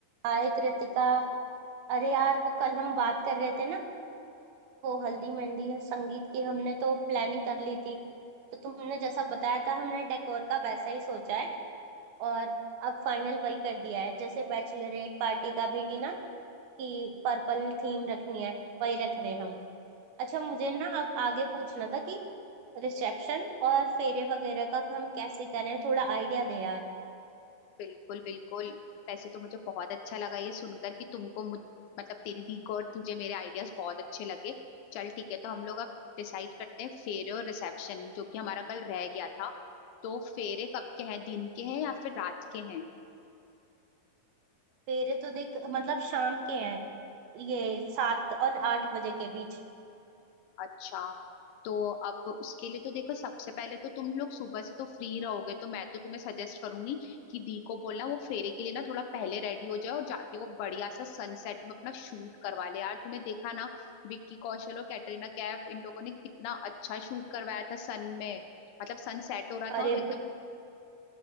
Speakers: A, on the right (about 80°); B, on the left (about 80°).
A: हाय कृतिका अरे यार वो कल हम बात कर रहे थे ना वो हल्दी मेहंदी और संगीत की हमने तो प्लानिंग कर ली थी तो तुमने जैसा बताया था हमने डेकोर का वैसा ही सोचा है और अब फाइनल वही कर दिया है जैसे बैचलरेट पार्टी का भी ना कि पर्पल थीम रखनी है वही रख रहे हैं हम अच्छा मुझे ना अब आगे पूछना था कि रिसेप्शन और फेरे वगैरह का हम कैसे करें थोड़ा आइडिया दे यार
B: बिल्कुल बिल्कुल वैसे तो मुझे बहुत अच्छा लगा ये सुनकर कि तुमको मुझ मतलब तेरी दी को और तुझे मेरे आइडियाज बहुत अच्छे लगे चल ठीक है तो हम लोग अब डिसाइड करते हैं फेरे और रिसेप्शन जो कि हमारा कल रह गया था तो फेरे कब के हैं दिन के हैं या फिर रात के हैं
A: फेरे तो देख मतलब शाम के हैं ये सात और आठ बजे के बीच
B: अच्छा तो अब उसके लिए तो देखो सबसे पहले तो तुम लोग सुबह से तो फ्री रहोगे तो मैं तो तुम्हें सजेस्ट करूंगी कि दी को बोलना वो फेरे के लिए ना थोड़ा पहले रेडी हो जाए और जाके वो बढ़िया सा सनसेट में अपना शूट करवा ले यार तूने देखा ना विक्की कौशल और कैटरीना कैफ इन लोगों ने कितना अच्छा शूट करवाया था सन में मतलब सनसेट हो रहा
A: अरे
B: था और वो
A: बिल्कुल
B: एकदम